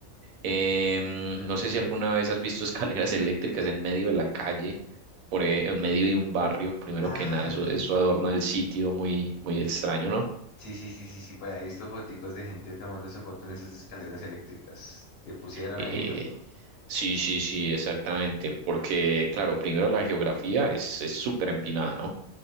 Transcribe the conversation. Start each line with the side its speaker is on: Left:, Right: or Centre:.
Right: Em,
Left: Ujú.
Right: no sé si alguna vez has visto <laughs> escaleras eléctricas en medio de la calle, por, e- en medio de un barrio, primero
Left: Ah,
Right: que nada, eso, eso adorna el sitio muy, muy extraño, ¿no?
Left: sí, sí, sí, sí, sí, por ahí he visto foticos de gente tomándose foto en esas escaleras eléctricas que pusieron
Right: Eh,
Left: ahí, ¿no?
Right: sí, sí, sí, exactamente, porque claro, primero la geografía es es súper empinada, ¿no?